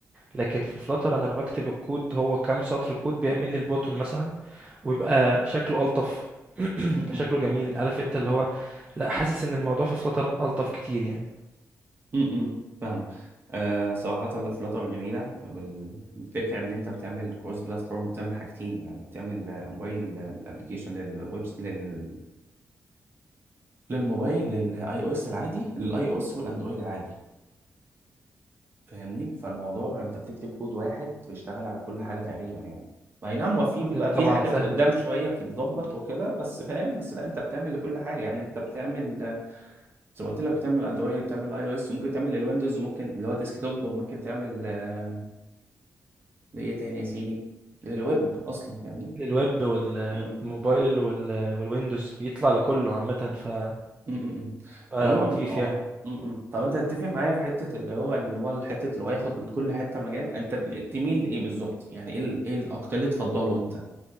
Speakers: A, on the right; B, on the right.
A: لكن في فلاتر انا بكتب الكود هو كام سطر كود بيعمل لي البوتون مثلا ويبقى شكله الطف <clears throat>
B: م-م.
A: يبقى شكله جميل عارف انت اللي هو لا حاسس ان الموضوع في فلاتر الطف كتير يعني
B: م-م. فاهمك آه صراحة لا فلاتر جميلة الفكرة ان انت بتعمل كروس بلاتفورم وبتعمل حاجتين يعني بتعمل آه، موبايل الابلكيشن للويب لل... للموبايل للاي او اس العادي للاي او اس والاندرويد العادي فاهمني فالموضوع انت بتكتب كود واحد بيشتغل على كل حاجه تقريبا يعني اي نعم هو في
A: ده
B: بيبقى
A: دي طبعا
B: في حاجات
A: سهله
B: قدام شويه بتتظبط وكده بس فاهم بس لا انت بتعمل لكل حاجه يعني انت بتعمل زي ما قلت لك بتعمل اندرويد بتعمل اي او اس ممكن تعمل للويندوز وممكن اللي هو ديسك توب وممكن تعمل آه، لايه تاني يا سيدي للويب اصلا فاهمني
A: للويب وال-
B: مم.
A: والموبايل وال- والويندوز بيطلع لكله عامه فبقى
B: م- م- م.
A: لطيف
B: عموما اه
A: يعني
B: م- م. طب انت تتفق معايا في حته اللي هو اللي هو حته اللي هو ياخد من كل حته مجال انت تميل لايه بالظبط يعني ايه ال- ايه الاكتر اللي تفضله انت